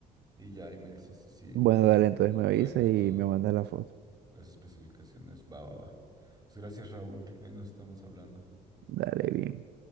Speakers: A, on the right (about 20°); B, on the right (about 55°).
A: Y ya ahí me dices si sí,
B: Bueno, dale, entonces
A: es
B: me avisas
A: buena
B: y
A: y todo.
B: me mandas la foto.
A: Las especificaciones. Va, va, va. Pues gracias, Raúl. Ahí nos estamos hablando.
B: Dale, bien.